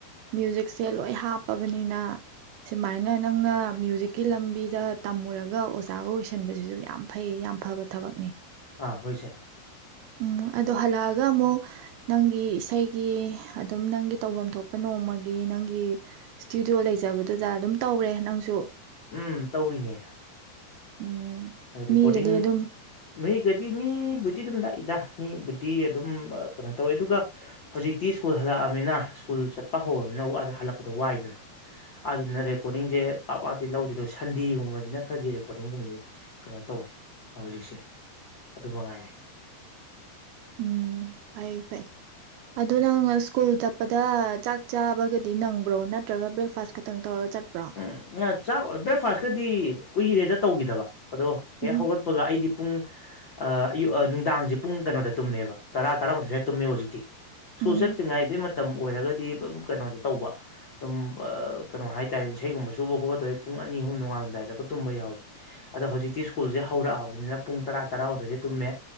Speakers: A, on the right (about 80°); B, on the left (about 50°).
A: ꯃ꯭ꯌꯨꯖꯤꯛꯁꯦ ꯂꯣꯏ ꯍꯥꯞꯄꯕꯅꯤꯅ ꯁꯨꯃꯥꯏꯅ ꯅꯪꯅ ꯃ꯭ꯌꯨꯖꯤꯛꯀꯤ ꯂꯝꯕꯤꯗ ꯇꯝꯃꯨꯔꯒ ꯑꯣꯖꯥꯒ ꯑꯣꯏꯁꯟꯕꯖꯤꯖꯨ ꯌꯥꯝ ꯐꯩ ꯌꯥꯝ ꯐꯕ ꯊꯕꯛꯅꯤ
B: ꯑ ꯍꯣꯏ ꯆꯦ
A: ꯎꯝ ꯑꯗꯣ ꯍꯜꯂꯛꯑꯒ ꯑꯃꯨꯛ ꯅꯪꯒꯤ ꯏꯁꯩꯒꯤ ꯑꯗꯨꯝ ꯅꯪꯒꯤ ꯇꯧꯕꯝ ꯊꯣꯛꯄ ꯅꯣꯡꯃꯒꯤ ꯅꯪꯒꯤ ꯏꯁꯇꯨꯗꯤꯑꯣ ꯂꯩꯖꯕꯗꯨꯗ ꯑꯗꯨꯝ ꯇꯧꯔꯦ ꯅꯪꯁꯨ
B: ꯎꯝ ꯇꯧꯔꯤꯅꯦ
A: ꯎꯝ
B: ꯔꯦꯀꯣꯗꯤꯡ
A: ꯃꯤꯒꯗꯤ ꯑꯗꯨꯝ
B: ꯃꯤꯒꯗꯤ ꯃꯤꯕꯨꯗꯤꯗꯨꯝ ꯂꯥꯛꯏ ꯏꯗꯥ ꯃꯤꯕꯨꯗꯤ ꯑꯗꯨꯝ ꯀꯩꯅꯣ ꯇꯧꯋꯦ ꯑꯗꯨꯒ ꯍꯧꯖꯤꯛꯇꯤ ꯁ꯭ꯀꯨꯜ ꯍꯜꯂꯛꯑꯃꯤꯅ ꯁ꯭ꯀꯨꯜ ꯆꯠꯄ ꯍꯧꯔꯃꯤꯅ <unintelligible> ꯍꯜꯂꯛꯄꯗꯣ ꯋꯥꯏꯗꯅ ꯑꯗꯨꯅ ꯔꯦꯀꯣꯔꯗꯤꯡꯖꯦ ꯄꯥꯛ ꯄꯥꯛꯇꯤ ꯂꯧꯗꯦ ꯑꯗꯨ ꯁꯟꯗꯦꯒꯨꯝꯕꯖꯤꯅ ꯈꯔꯗꯤ ꯔꯦꯀꯣꯔꯗꯤꯡꯒꯨꯝꯕꯗꯤ ꯀꯅꯣ ꯇꯧꯋꯤ ꯍꯧꯖꯤꯛꯁꯦ ꯑꯗꯨ ꯃꯉꯥꯏꯔꯦ
A: ꯎꯝ ꯐꯩ ꯐꯩ ꯑꯗꯨꯣ ꯅꯪ ꯁ꯭ꯀꯨꯜ ꯆꯠꯄꯗ ꯆꯥꯛ ꯆꯥꯕꯒꯗꯤ ꯅꯪꯕ꯭ꯔꯣ ꯅꯠꯇ꯭ꯔꯒ ꯕ꯭ꯔꯦꯛꯐꯥꯁ ꯈꯇꯪ ꯇꯧꯔ ꯆꯠꯄ꯭ꯔꯣ
B: ꯎꯝ ꯆꯥꯛ ꯕ꯭ꯔꯦꯛꯐꯥꯁꯀꯗꯤ ꯀꯨꯏꯔꯦꯗ ꯇꯧꯈꯤꯗꯕ ꯑꯗꯣ ꯍꯦꯛ
A: ꯎꯝ
B: ꯍꯧꯒꯠꯄꯒ ꯑꯩꯗꯤ ꯄꯨꯡ ꯑꯌꯨꯛ ꯅꯨꯡꯗꯥꯡꯁꯦ ꯄꯨꯡ ꯀꯩꯅꯣꯗ ꯇꯨꯝꯃꯦꯕ ꯇꯔꯥ ꯇꯔꯥꯃꯊꯛ ꯁ꯭ꯋꯥꯏ ꯇꯨꯝꯃꯦꯕ ꯍꯧꯖꯤꯛꯇꯤ ꯁꯨꯜ
A: ꯎꯝ
B: ꯆꯠꯇ꯭ꯔꯤꯉꯩꯗꯩ ꯃꯇꯝ ꯑꯣꯏꯔꯒꯗꯤꯝ ꯀꯩꯅꯣꯗ ꯇꯧꯕ ꯑꯗꯨꯝ ꯀꯩꯅꯣ ꯍꯥꯏ ꯍꯥꯏꯇꯥꯔꯗꯤ ꯏꯁꯩꯒꯨꯝꯕ ꯁꯨꯕ ꯈꯣꯠꯄ ꯇꯧꯋꯤ ꯄꯨꯡ ꯑꯍ ꯅꯉꯥꯜꯂꯝꯗꯥꯏꯗꯒꯀ ꯇꯨꯝꯕ ꯌꯥꯎꯋꯤ ꯑꯗꯣꯖꯤꯤ꯭ꯀꯨꯜꯁꯦ ꯍꯧꯔꯛꯑꯕꯅꯤꯅ ꯄꯨꯡ ꯇꯔꯥ ꯇꯔꯥꯍꯨꯝꯗꯣꯏꯗꯤ ꯇꯨꯝꯃꯦ